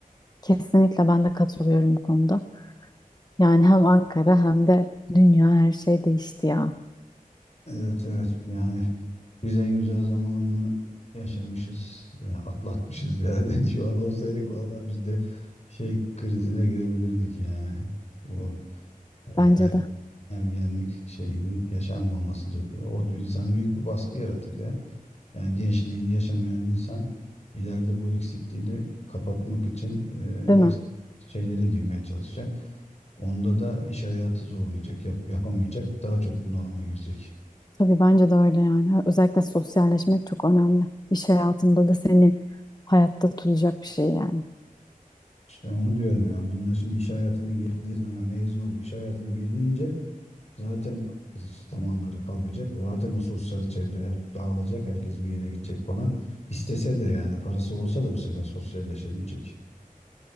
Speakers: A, on the left; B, on the left.
A: Kesinlikle ben de katılıyorum bu konuda. Yani hem Ankara hem de dünya her şey değişti ya.
B: Evet evet yani Biz en güzel zamanını yaşamışız, e, atlatmışız yani. <laughs> Şu an olsaydık vallahi biz de şey krizine girebilirdik yani. Bu e,
A: Bence
B: er-
A: de.
B: ergenlik şeyinin yaşanmaması da- o insana büyük bir baskı yaratır ya. Yani gençliğini yaşamayan insan ileride bu eksikliğini kapatmak için e,
A: Değil mi?
B: eks- şeylere girmeye çalışacak. Onda da iş hayatı zorlayacak, yap- yapamayacak, daha çok bunalıma girecek.
A: Tabii bence de öyle yani. Özellikle sosyalleşmek çok önemli. İş hayatında da seni hayatta tutacak bir şey yani.
B: İşte onu diyorum yani bunlar şimdi iş hayatına girdiği zaman yani mezun olup iş hayatına girdiğince zaten zamanları kalmayacak. Zaten o sosyal çevre her, dağılacak. Herkes bir yere gidecek falan. İstese de yani parası olsa da bu sefer sosyalleşemeyecek.